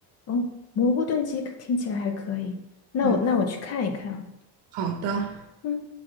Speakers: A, on the left; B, on the right.
A: 嗯，蘑菇炖鸡听起来还可以。那我那我去看一看啊。
B: 嗯，好的。
A: 嗯。